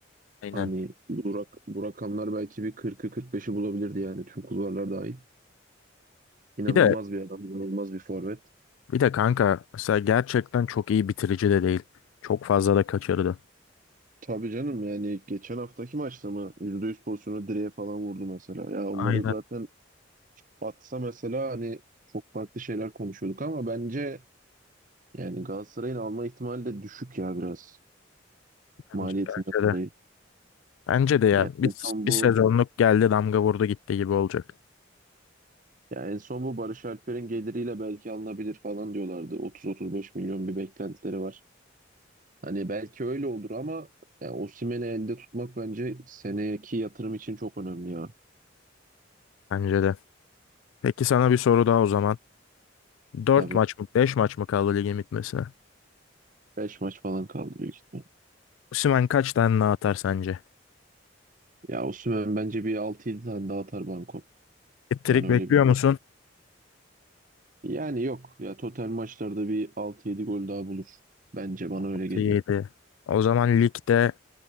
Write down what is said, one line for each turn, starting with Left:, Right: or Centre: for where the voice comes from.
Left: Aynen.
Right: hani bu, rak- bu rakamlar belki bir 40'ı 45'i bulabilirdi yani tüm kulvarlar dahil. İnanılmaz
Left: Bir de
Right: bir adam, inanılmaz bir forvet.
Left: bir de kanka mesela gerçekten çok iyi bitirici de değil. Çok fazla da kaçırdı.
Right: Tabii canım yani geçen haftaki maçta mı %100 pozisyonu direğe falan vurdu mesela. Ya onları
Left: Aynen
Right: zaten atsa mesela hani çok farklı şeyler konuşuyorduk ama bence yani Galatasaray'ın alma ihtimali de düşük ya biraz
Left: bence,
Right: maliyetinden
Left: bence de.
Right: dolayı.
Left: Bence de ya
Right: Yani
Left: bir,
Right: en son
Left: bir
Right: bu
Left: sezonluk geldi damga vurdu gitti gibi olacak.
Right: Ya en son bu Barış Alper'in geliriyle belki alınabilir falan diyorlardı. 30-35 milyon bir beklentileri var. Hani belki öyle olur ama ya Osimhen'i elde tutmak bence seneki yatırım için çok önemli ya.
Left: Bence de. Peki sana bir soru daha o zaman. 4
Right: Tabii
Left: maç mı 5 maç mı kaldı ligin bitmesine?
Right: 5 maç falan kaldı büyük ihtimal.
Left: Osimhen kaç tane daha atar sence?
Right: Ya Osimhen bence bir altı yedi tane daha atar banko.
Left: hat
Right: Ben öyle
Left: bekliyor
Right: bir
Left: musun?
Right: Yani yok ya total maçlarda bir altı yedi gol daha bulur. Bence bana öyle
Left: Altı
Right: geliyor.
Left: yedi. O zaman ligde